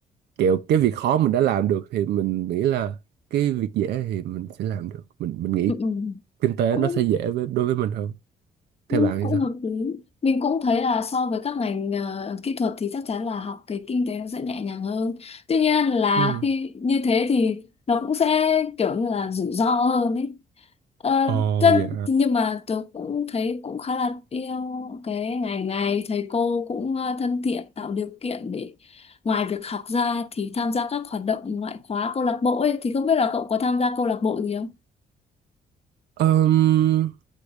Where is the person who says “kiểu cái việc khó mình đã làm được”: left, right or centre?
Right